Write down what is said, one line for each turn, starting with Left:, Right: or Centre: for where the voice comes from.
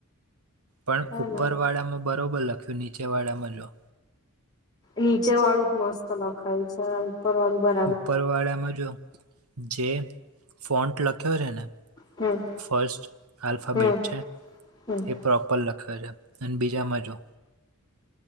Right: પણ
Left: હે
Right: ઉપર
Left: ને
Right: વાળામાં બરોબર લખ્યું નીચે વાળામાં જો.
Left: નીચે વાળું જ મસ્ત લખાયુ છે ઉપર વાળું બ.
Right: ઉપરવાળામાં જો જે ફોન્ટ લખ્યો છે ને.
Left: હમ.
Right: ફર્સ્ટ આલ્ફાબેટ
Left: હમ
Right: છે.
Left: હમ.
Right: એ પ્રોપર લખ્યો છે અને બીજા મા જો.